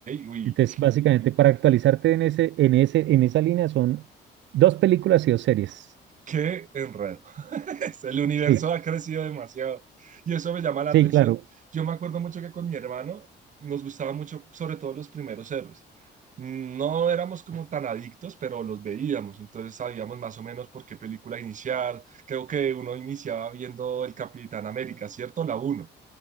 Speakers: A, on the right (about 40°); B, on the right (about 80°).
A: uy,
B: Entonces, básicamente, para actualizarte en ese, en ese, en esa línea son dos películas y dos series.
A: Qué enredo. <laughs> El universo
B: Sí,
A: ha crecido demasiado y eso me llama la
B: sí,
A: atención.
B: claro.
A: Yo me acuerdo mucho que con mi hermano nos gustaba mucho, sobre todo los primeros héroes. No éramos como tan adictos, pero los veíamos, entonces sabíamos más o menos por qué película iniciar. Creo que uno iniciaba viendo El Capitán América, ¿cierto? La uno.